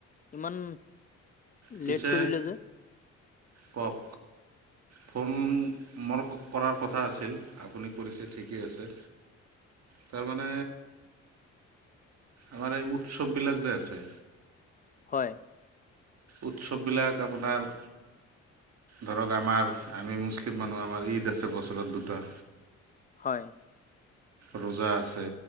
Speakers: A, on the left; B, on the right.
A: ইমান
B: পিছে
A: লেট কৰিলে যে
B: কওঁক? ফোন মোৰ কৰাৰ কথা আছিল, আপুনি কৰিছে ঠিকেই আছে। তাৰমানে আমাৰ এই উৎসৱবিলাক যে আছে
A: হয়।
B: উৎসৱবিলাক আপোনাৰ ধৰক আমাৰ আমি মুছলিম মানুহ, আমাৰ ঈদ আছে বছৰত দুটা।
A: হয়।
B: ৰোজা আছে